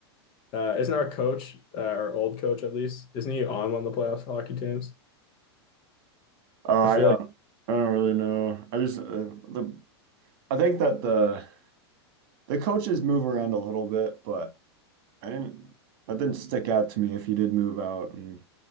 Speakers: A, on the left; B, on the right.
A: Uh, isn't our coach, uh, our old coach at least, isn't he on one of the playoff hockey teams?
B: Oh,
A: I
B: I
A: feel
B: don't
A: like,
B: I don't really know. I just uh, the I think that the the coaches move around a little bit, but I didn't, that didn't stick out to me if he did move out and